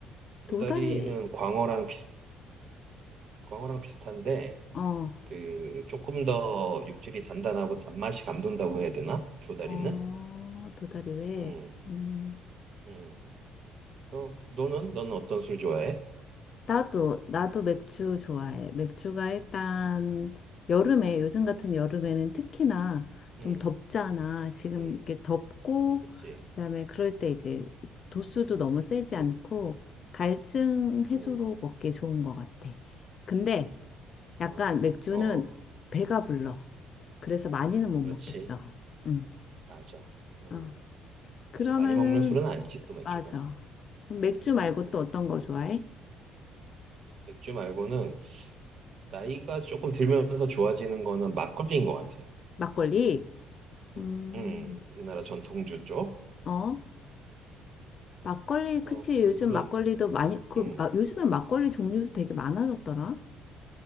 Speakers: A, on the right; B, on the left.
A: 도다리는
B: 도다리,
A: 광어랑 비슷, 광어랑 비슷한데,
B: 어,
A: 그 조금 더 육질이 단단하고 단맛이 감돈다고 해야 되나? 도다리는?
B: 어, 도다리 회.
A: 음,
B: 음.
A: 음. 그 너는 너는 어떤 술 좋아해?
B: 나도, 나도 맥주 좋아해. 맥주가 일단 여름에, 요즘 같은 여름에는 특히나 좀
A: 음,
B: 덥잖아. 지금
A: 음,
B: 이렇게 덥고,
A: 그치.
B: 그다음에 그럴 때 이제 도수도 너무 세지
A: 음,
B: 않고, 갈증 해소로
A: 음,
B: 먹기 좋은 것 같아. 근데
A: 어,
B: 약간 맥주는
A: 어, 어.
B: 배가 불러. 그래서 많이는 못
A: 그렇지.
B: 먹겠어. 응.
A: 맞아. 음,
B: 어. 그러면은,
A: 맞아. 많이 먹는 술은 아니지 또 맥주가.
B: 맞아. 그럼 맥주 말고
A: 음,
B: 또 어떤 거 좋아해?
A: 맥주 말고는 나이가 조금 들면서 좋아지는 거는 막걸리인 것 같아.
B: 막걸리?
A: 우-
B: 음,
A: 음, 우리나라 전통주 쪽.
B: 어? 막걸리,
A: 그래서
B: 그치. 요즘
A: 물론.
B: 막걸리도 많이, 그,
A: 음,
B: 아, 요즘엔 막걸리 종류도 되게 많아졌더라.